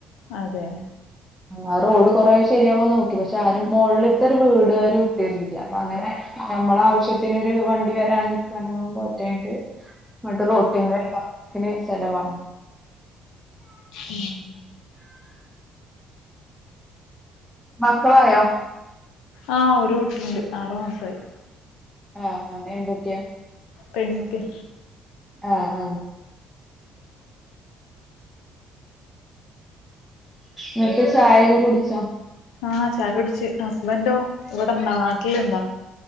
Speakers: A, on the left; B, in the centre.
A: അതെ.
B: ആ റോഡ് കൊറെശരിയാവോ നോക്കി പക്ഷെ ആരും മോൾത്തേ ഒരു വീട് അവര് വിട്ടേര്ണില്ല അപ്പ അങ്ങനെ ഞമ്മള ആവിശ്യത്തിനൊരു വണ്ടി വരാൻ നിക്കാനൊന്നും പറ്റാണ്‌ട്ട് ങ്ങട്ട് റോട്ടിന്റെ വക്കിന് സ്ഥലംവാങ്ങി
A: <unintelligible>
B: മക്കളായോ
A: ആഹ് ഒരു കുട്ടിണ്ട് ആറു മാസായി
B: ഏഹ് ആഹ് എന്തുട്ട്യാ
A: പെൺകുട്ട്യാ
B: ആഹ് ആഹ് ന്നട്ട് ചായയൊക്കെ കുടിച്ചോ
A: ആഹ് ചായ കുടിച്ച് ഹസ്ബൻറ്റോ ഇവടെണ്ടാ നാട്ടില്ണ്ടോ